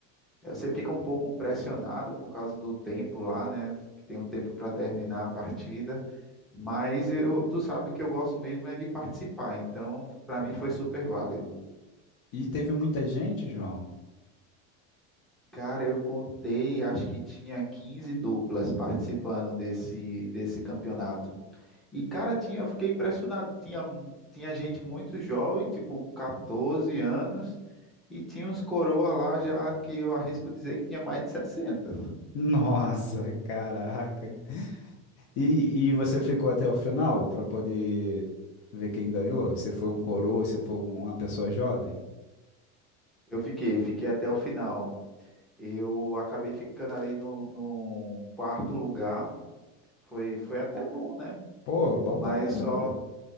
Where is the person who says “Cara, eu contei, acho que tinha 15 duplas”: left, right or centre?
Centre